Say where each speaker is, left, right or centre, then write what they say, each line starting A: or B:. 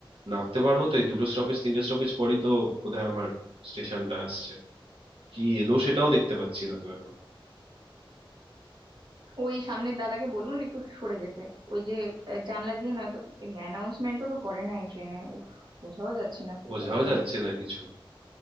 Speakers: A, on the right; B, on the right.
A: নামতে পারবো তো এই দুটো স্টপেজ তিনটে স্টপেজ পরই তো বোধহয় আমার স্টেশনটা আসছে কি এলো সেটাও দেখতে পাচ্ছি না তো এখন
B: ওই সামনের দাদাকে বলুন একটু সরে যেতে ওই যে আহ, জানলা দিয়ে নয়তো এমনি অ্যানাউন্সমেন্টও তো করে না এই ট্রেনে উফ বোঝাও যাচ্ছে না কোথাও
A: বোঝাও
B: এলাম
A: যাচ্ছে না কিছু